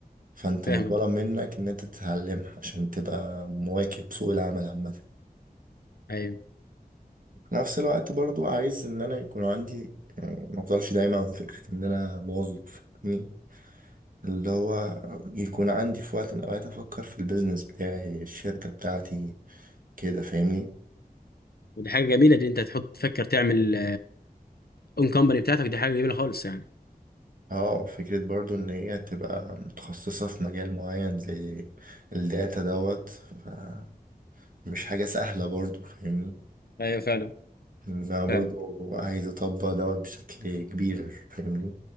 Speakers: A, on the right (about 60°); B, on the left (about 80°).
A: فانت
B: فاهمك
A: مطالب منك ان انت تتعلمها عشان تبقى مواكب سوق العمل عامة
B: أيوه
A: في نفس الوقت برضو عايز ان انا يكون عندي آه، ما افضلش دايما فكرة ان انا موظف فاهمني اللي هو يكون عندي في وقت من الأوقات أفكر في البيزنس بتاعي الشركة بتاعتي كده فاهمني
B: ودي حاجة جميلة دي أنت تحط تفكر تعمل أون كومباني بتاعتك دي حاجة جميلة خالص يعني
A: اه فكرة برضو إن هي تبقى متخصصة في مجال معين زي الداتا دوت ف- مش حاجة سهلة برضو فاهمني
B: أيوه فعلا
A: إن أنا برضو
B: فعلا
A: عايز أطبق دوت بشكل كبير فاهمني